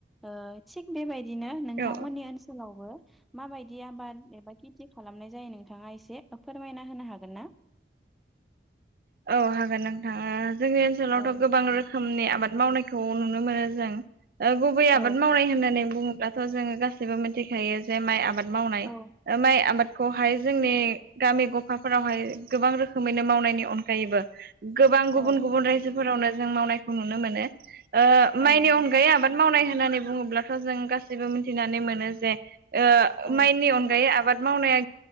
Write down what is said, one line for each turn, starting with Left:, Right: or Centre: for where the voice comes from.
Centre: ओ थिग बेबायदिनो नोंथांमोननि
Right: औ
Centre: ओनसोलावबो माबायदि आबाद एबा खेथि खालामनाय जायो नोंथाङा एसे फोरमायना होनो हागोन ना
Right: औ हागोन नोंथां ओ जोंनि ओनसोलावथ'
Centre: औ
Right: गोबां रोखोमनि आ बाद मावनायखौ नुनो मोनो जों ओ गुबै
Centre: औ
Right: आबाद मावनाय होननानै बुङोब्लाथ' जोङो गासैबो मिथिखायो जे माइ आबाद मावनाय
Centre: औ
Right: माइ आबादखौहाय जोंनि गामि ग'फाफोरावहाय गोबां रोखोमैनो मावनायनि अनगायैबो गोबां गुबुन-गुबुन
Centre: औ
Right: रायजोफोरावनो जों मावनायखौ नुनो मोनो ओ
Centre: औ
Right: माइनि
Centre: नंगौ
Right: अनगायै आबाद मावनाय होननानै बुङोब्लाथ' जों गासैबो मिथिनानै मोनो जे ओ
Centre: औ
Right: माइनि अनगायै आबाद मावनाया